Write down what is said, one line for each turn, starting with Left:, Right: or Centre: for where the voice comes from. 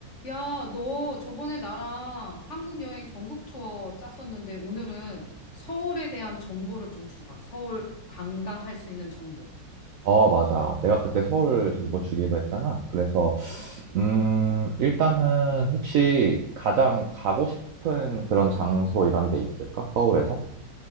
Left: 야, 너 저번에 나랑 한국 여행 전국 투어 짰었는데 오늘은 서울에 대한 정보를 좀 주라. 서울 관광할 수 있는 정보.
Right: 어, 맞아. 내가 그때 서울 정보 주기로 했잖아. 그래서,
Left: 그치.
Right: 음, 일단은 혹시 가장 가고 싶은 그런 장소 이런 데 있을까? 서울에서?